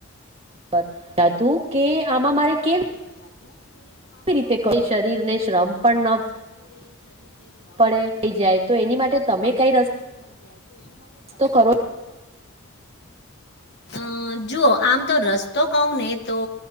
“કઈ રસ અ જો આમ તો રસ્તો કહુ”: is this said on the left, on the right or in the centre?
Left